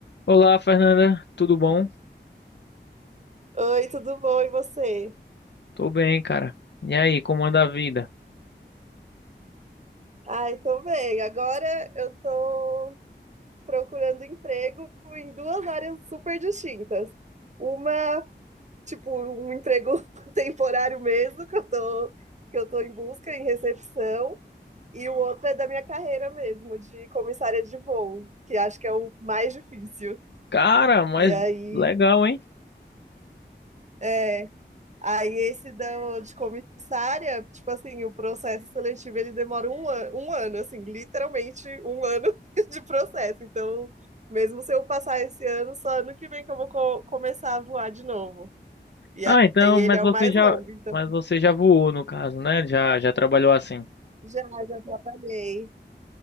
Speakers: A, on the left; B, on the right.
A: Olá, Fernanda, tudo bom?
B: Oi, tudo bom? E você?
A: Tô bem, cara. E aí, como anda a vida?
B: Ai, tô bem. Agora eu tô procurando emprego em duas áreas super distintas. Uma, tipo, um emprego <laughs> temporário mesmo, que eu tô, que eu tô em busca, em recepção, e o outro é da minha carreira mesmo, de comissária de voo, que acho que é o mais difícil.
A: Cara, mas
B: E aí,
A: legal, hein?
B: é. Aí esse da de comissária, tipo assim, o processo seletivo ele demora um, an- um ano, assim, literalmente um ano <laughs> de processo. Então, mesmo se eu passar esse ano, só ano que vem que eu vou co- começar a voar de novo. E
A: Ah,
B: a-
A: então,
B: aí ele
A: mas
B: é
A: você
B: o mais
A: já,
B: longo, então
A: mas você já voou no caso, né? Já, já trabalhou assim.
B: já, já trabalhei.